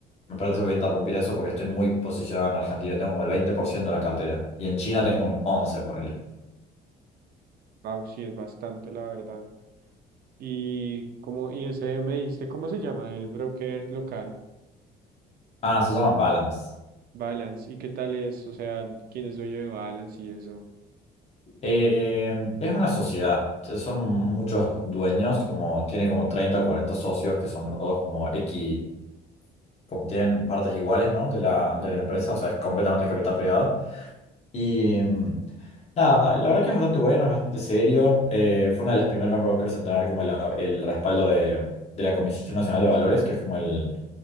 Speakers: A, on the left; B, on the right.
A: me parece que voy a interrumpir eso porque estoy muy posicionado en Argentina. Tengo como el 20% de la cartera y en China tengo un 11, ponele.
B: Wow, sí, es bastante, la verdad. Y como, y ese me dijiste, ¿cómo se llama? El broker local,
A: Ah, se llama Balance.
B: Balance. ¿Y qué tal es? O sea, ¿quién es dueño de Balance y eso?
A: Eh, es una sociedad, son muchos dueños, como tiene como 30 o 40 socios que son todos como X, como tienen partes iguales, ¿no? De la, de la empresa, o sea, es completamente capital privado. Y mm, nada, la verdad que es bastante bueno, es bastante serio. eh, fue uno de los primeros brokers en tener como la- el respaldo de, de la Comisión Nacional de Valores, que es como el,